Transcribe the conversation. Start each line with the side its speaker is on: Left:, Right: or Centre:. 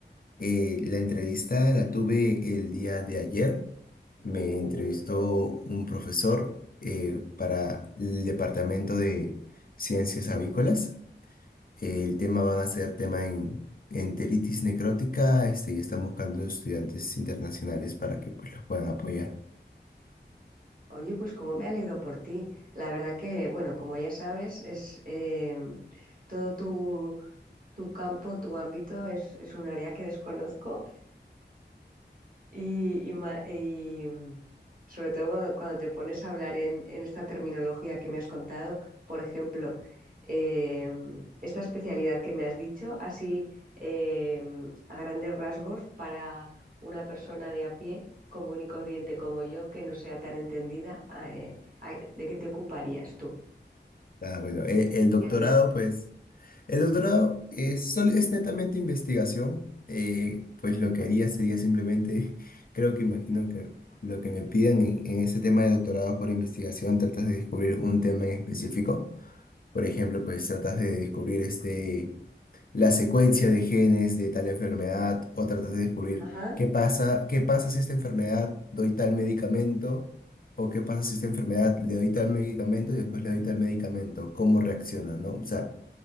Left: Eh, la entrevista la tuve el día de ayer. Me entrevistó un profesor eh, para el Departamento de Ciencias Avícolas. el tema van a ser tema en enteritis necrótica, este, y están buscando estudiantes internacionales para que pues, los puedan apoyar.
Right: Oye, pues cómo me alegro por ti. La verdad que, bueno, como ya sabes, es em, todo tu, tu campo, tu ámbito es, es un área que desconozco Y, y ma- y, mm, sobre todo cuando, cuando te pones a hablar en, en esta terminología que me has contado, por ejemplo, eh, esta especialidad que me has dicho, así eh, a grandes rasgos para una persona de a pie, común y corriente como yo, que no sea tan entendida, eh, a- ¿de qué te ocuparías tú?
Left: Ah, bueno, e-
Right: Especialidad.
Left: el doctorado, pues. El doctorado es, sol- es netamente investigación, eh, pues lo que haría sería simplemente, <laughs> creo que imagino que lo que me pidan en, en ese tema de doctorado por investigación, tratas de descubrir un tema en específico. Por ejemplo, pues tratas de descubrir este, la secuencia de genes de tal enfermedad o tratas de descubrir
Right: Ajá.
Left: qué pasa, qué pasa si esta enfermedad doy tal medicamento o qué pasa si esta enfermedad le doy tal medicamento y después le doy tal medicamento, cómo reacciona, ¿no? O sea...